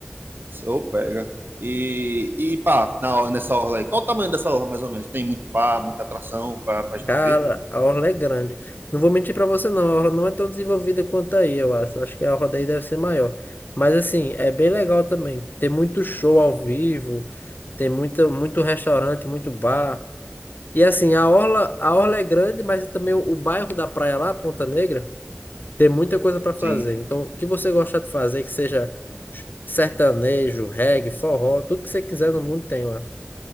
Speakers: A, on the right; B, on the left.
A: Ô, pega. E, e pá, na, hora- nessa orla aí. Qual o tamanho dessa orla, mais ou menos? Tem muito pá, muita atração pra, pra gente
B: Cara,
A: ver?
B: a orla é grande. Não vou mentir pra você, não. A orla não é tão desenvolvida quanto aí, eu acho. Acho que a orla daí deve ser maior. Mas, assim, é bem legal também. Tem muito show ao vivo, tem muita, muito restaurante, muito bar. E assim, a orla, a orla é grande, mas é também o, o bairro da praia lá, Ponta Negra, tem muita coisa para fazer.
A: Sim.
B: Então, o que você gosta de fazer, que seja sertanejo, reggae, forró, tudo que você quiser no mundo tem lá.